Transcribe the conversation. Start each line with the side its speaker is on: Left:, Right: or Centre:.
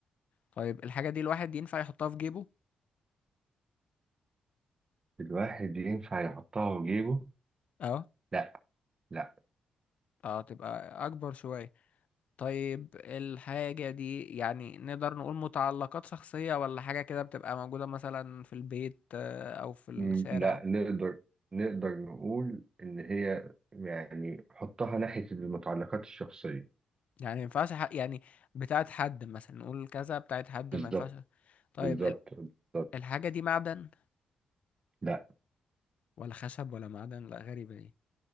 Left: طيب الحاجة دي الواحد ينفع يحطها في جيبه
Right: الواحد ينفع يحطها في جيبه
Left: اه
Right: لا لا
Left: اه تبقى أكبر شوية طيب الحاجة دي يعني نقدر نقول متعلقات شخصية ولا حاجة كده بتبقى موجودة مثلا في البيت آه، أو في الشارع
Right: مم، لا نقدر نقدر نقول إن هي يعني حطها ناحية المتعلقات الشخصية
Left: يعني ما ينفعش ح- يعني بتاعت حد مثلا نقول كذا بتاعت حد
Right: بالظبط
Left: ما ينفعش طيب
Right: بالظبط
Left: ال-
Right: بالظبط
Left: الحاجة دي معدن
Right: لا
Left: ولا خشب ولا معدن لا غريبة دي